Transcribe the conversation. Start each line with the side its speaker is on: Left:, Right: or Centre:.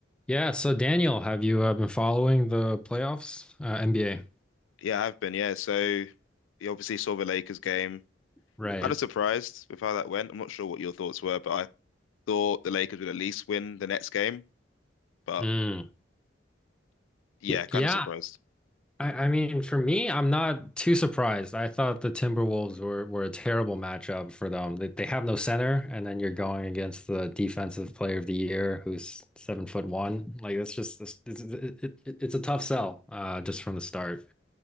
Centre: Yeah, so Daniel, have you uh, been following the playoffs, uh, NBA?
Left: Yeah, I have been. Yeah, so you obviously saw the Lakers game.
Centre: Right.
Left: Kind of surprised with how that went. I'm not sure what your thoughts were, but I thought the Lakers would at least win the next game. But
Centre: Mm.
Left: yeah,
Centre: Y-
Left: kind
Centre: Yeah,
Left: of surprised.
Centre: I, I mean, for me, I'm not too surprised. I thought the Timberwolves were, were a terrible matchup for them. They, they have no center, and then you're going against the defensive player of the year who's seven foot one. Like, that's just this, this, it, it, it's a tough sell, uh, just from the start.